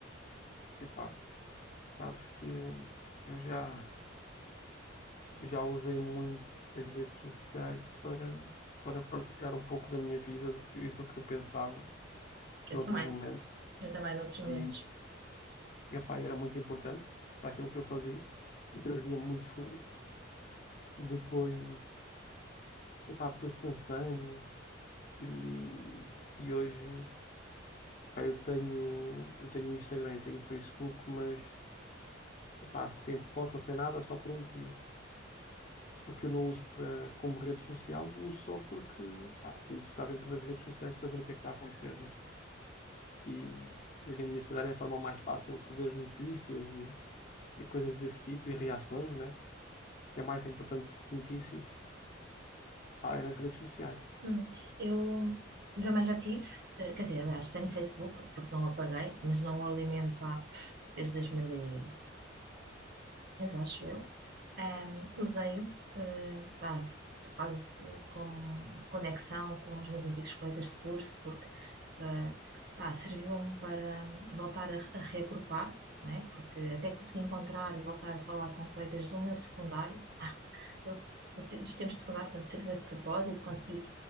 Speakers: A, on the left (about 40°); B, on the right (about 60°).
A: Epá, sabes que eu já, já usei muito as redes sociais para, para partilhar um pouco da minha vida do que, e do que eu pensava
B: Eu
A: noutros
B: também,
A: momentos.
B: eu também, noutros momentos.
A: E, e epá, era muito importante para aquilo que eu fazia e trazia muitos frutos. E depois, epá, depois cansei-me e, e hoje epá, eu tenho, eu tenho Instagram, tenho Facebook, mas epá, sem foto, sem nada, só por um motivo. porque eu não uso para, como rede social, uso só porque pá, tenho que estar dentro das redes sociais para saber o que é que está a acontecer, né? E hoje em dia, se calhar, é a forma mais fácil, tu vês notícias e, e coisas desse tipo e reações, né? É mais importante que notícias, pá, é nas redes sociais.
B: Hum, Eu também já tive, eh, quer dizer, aliás, tenho Facebook, porque não o apaguei, mas não o alimento há, pff, desde 2015, acho eu. Ahm, usei-o, eh, pá, quase como conexão com os meus antigos colegas de curso, porque eh, pá, serviu-me para voltar a, a reagrupar, não é? Porque até consegui encontrar e voltar a falar com colegas do meu secundário, eu, dos tempos de secundário, portanto, serviu esse propósito, consegui